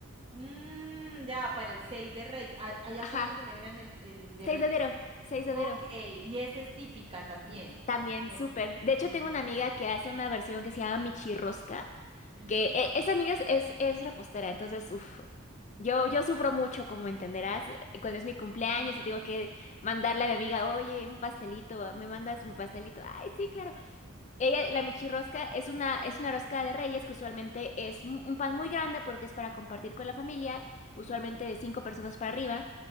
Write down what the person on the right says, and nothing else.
Mm, ya, para el 6 de Reyes. A- ¿Allá
cuándo celebran el, el de
Reyes?
¿Sí?
Ok,
y esa es típica también.
¿o
no?
Ujú,
ujú,
<laughs>
ujú,